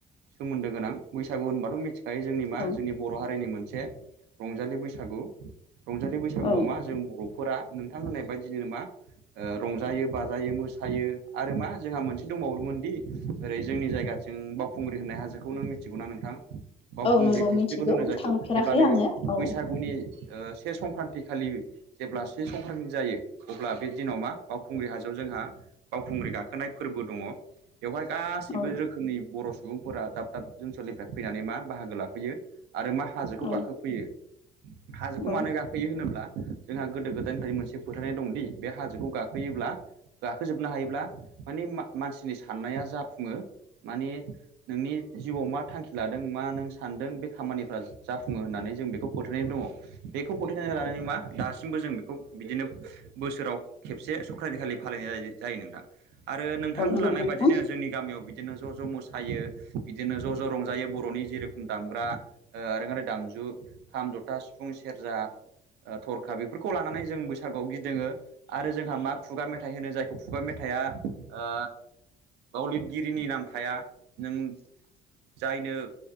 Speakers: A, on the right; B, on the left.
A: सोमोन्दो गोनां बैसागु होनबाथ' मि फाय जोंनि मा
B: औ
A: जोंनि बर' हारिनि मोनसे रंजालि बैसागु रंजालि बै सागुआव
B: औ
A: मा जों बर'फोरा नोंथां होननाय बायदिनो मा ओ रंजायो बाजायो मोसायो आरो मा जोंहा मोनसे दंबावोमोनदि ओरै जोंनि जायगा जों बावखुंग्रि होननाय हाजोखौ नों मिथिगौना नोंथां? बावखुंग्रि
B: औ नंगौ
A: फेस्टिभेल
B: मिथिगौ
A: होनो जायखौ
B: थांफेराखै
A: जेब्लानो
B: आङो औ
A: बैसागुनि ओ से संक्रान्ति खालि जेब्ला से संक्रान्ति जायो अब्ला बे दिनाव मा बावखुंग्रि हाजोआव जोंहा बावखुंग्रि गाखोनाय फोरबो दङ। बेवहाय गासैबो
B: औ
A: रोखोमनि बर' सुबुंफोरा दाब दाब ओनसोलनिफ्राय फैनानै मा बाहागो लाफैयो। आरो मा हाजोखौ
B: औ
A: गाखोफैयो हाजोखौ
B: औ
A: मानो गाखोयो होनो ब्ला जोंहा गोदो गोदायनिफ्राय मोनसे फोथायनाय दंदि बे हाजोखौ गाखोयोब्ला गाखोजोबनो हायोब्ला माने मा-मानसिनि साननाया जाफुङो माने नोंनि जिउआव मा थांखि लादों मा नों सानदों बे खामानिफ्रा जाफुङो होननानै जों बेखौ फोथायनाय दङ बेखौ फोथायनाय लानानै मा दासिमबो जों बेखौ बिदिनो बोसोराव खेबसे संक्रन्ति खालि फालिनाय जायो जायो नोंथां। आरो नोंथां
B: औ नंगौ
A: होनलांनाय
B: नोंथां
A: बायदिनो जोंनि गामियाव बि बिदिनो ज' ज' मोसायो बिदिनो ज' ज' रंजायो बर'नि जेरखम दामग्रा ओ ओरोंआरि दामजु खाम जथा सिफुं सेरजा ओ थरखा बेफोरखौ लानानै जों बैसागुआव गिदिङो आरो जोंहा मा खुगा मेथाइ होनो जायखौ खुगा मेथाइआ ओ बाव लिरगिरिनि नाम थाया नों जायनो